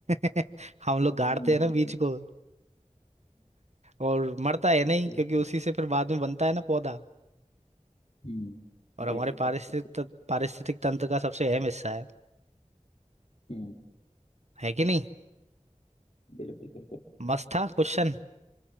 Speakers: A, on the right; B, on the left.
A: <laughs> हम लोग गाड़ते
B: हम्म,
A: हैं ना बीज को और मरता है नहीं
B: हम्म,
A: क्योंकि उसी से फिर बाद में बनता है ना पौधा
B: हम्म
A: और
B: बिल्कुल
A: हमारे पारिस्थितिक
B: बिल्कुल
A: तंत्र- पारिस्थितिक तंत्र का सबसे अहम हिस्सा है
B: हम्म
A: है कि नहीं
B: बिल्कुल बिल्कुल
A: मस्त था क्वेश्चन